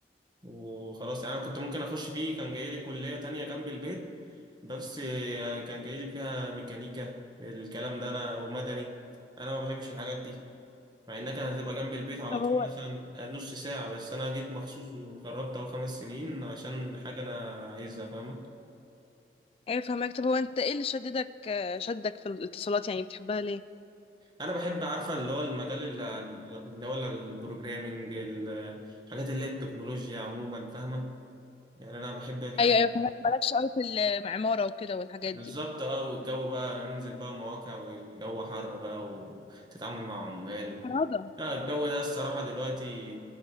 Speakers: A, on the right; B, on the left.
A: وخلاص يعني انا كنت ممكن اخش فيه كان جاي لي كليه تانية جنب البيت بس آه، كان جاي لي فيها ميكانيكا الكلام ده انا ومدني انا ما بحبش الحاجات دي مع انك هتبقى جنب البيت على
B: طب
A: طول
B: هو
A: مثلا نص ساعة بس انا جيت مخصوص وجربت اهو خمس سنين عشان حاجة انا عايزها فاهمة
B: ايه فهمك طب هو انت ايه اللي شددك شدك في الاتصالات يعني بتحبها ليه
A: انا بحب عارفة اللي هو المجال اللي اللي هو البروجرامينج الحاجات اللي هي التكنولوجيا عموما فاهمة يعني انا بحب الحاجات
B: ايوه ايوه فهمك مالكش قوي في المعمارة وكده والحاجات
A: بالظبط
B: دي
A: اه والجو بقى ننزل بقى مواقع والجو حر بقى وتتعامل مع عمال
B: فرادة
A: لا الجو ده الصراحة دلوقتي